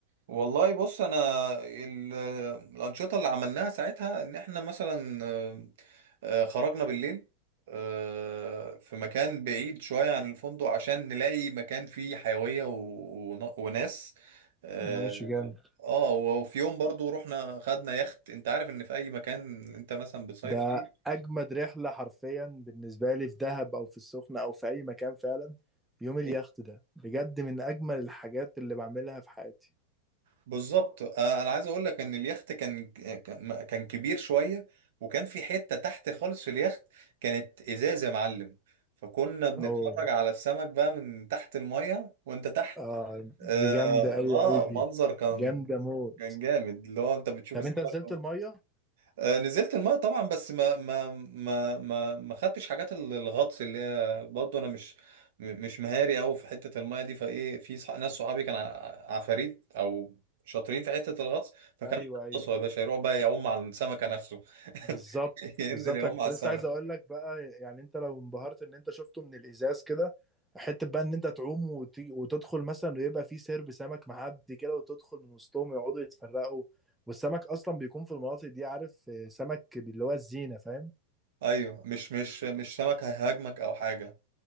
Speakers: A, on the right; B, in the centre.
A: والله بص انا ال- الأنشطة اللي عملناها ساعتها ان احنا مثلا آه، آه، خرجنا بالليل آه، في مكان بعيد شوية عن الفندق عشان نلاقي مكان فيه حيوية و- ون- وناس آه،
B: ماشي جامد
A: اه وفي يوم برضو رحنا خدنا يخت انت عارف ان في اي مكان انت مثلا بتصيف
B: ده
A: فيه
B: اجمد رحله حرفيا بالنسبه لي في دهب او في السخنه او في اي مكان فعلا يوم اليخت
A: ب-
B: ده بجد من اجمل الحاجات اللي بعملها في حياتي
A: بالظبط آه، انا عايز اقول لك ان اليخت كان كان كان كبير شوية وكان في حتة تحت خالص في اليخت كانت ازاز يا معلم فكنا بنتفرج
B: او
A: على السمك بقى من تحت المية وانت تحت
B: آه
A: اه,
B: دي جامده قوي قوي
A: آه منظر
B: دي
A: كان
B: جامده موت
A: كان جامد اللي هو انت بتشوف
B: طب
A: السمك
B: انت نزلت الميه
A: آه، نزلت الماء طبعا بس ما ما ما ما ما خدتش حاجات ال- الغطس اللي هي برضه انا مش م- مش مهاري قوي في حته الماء دي فايه في صح- ناس صحابي كان ع- عفاريت او شاطرين في حته الغطس فكانوا
B: ايوه ايوه
A: يغطسوا يا باشا يروح بقى يعوم على السمكه نفسه <laughs>
B: بالظبط
A: ينزل
B: بالظبط
A: يعوم
B: انا كنت
A: على السمكه
B: لسه عايز اقول لك بقى يعني انت لو انبهرت ان انت شفته من الازاز كده حته بقى ان انت تعوم وت- وتدخل مثلا ويبقى في سرب سمك معدي كده وتدخل من وسطهم يقعدوا يتفرقوا والسمك اصلا بيكون في المناطق دي عارف آه، سمك اللي هو الزينه فاهم
A: ايوه مش مش مش سمكه هيهاجمك او حاجه